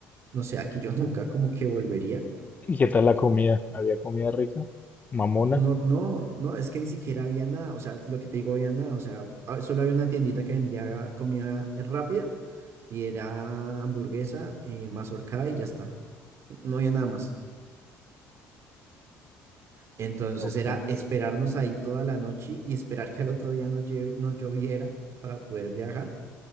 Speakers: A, on the right; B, on the left.
A: no sé, aquí yo <laughs> nunca como que volvería.
B: ¿Y qué tal la comida? ¿Había comida rica? ¿Mamona?
A: No, no, no, es que ni siquiera había nada, o sea, lo que te digo, había nada, o sea, ah, solo había una tiendita que vendía comida eh, rápida y era hamburguesa, eh, mazorcada y ya está, no había nada más. Entonces
B: Ok.
A: era esperarnos ahí toda la noche y esperar que al otro día no, lle- no lloviera para poder viajar.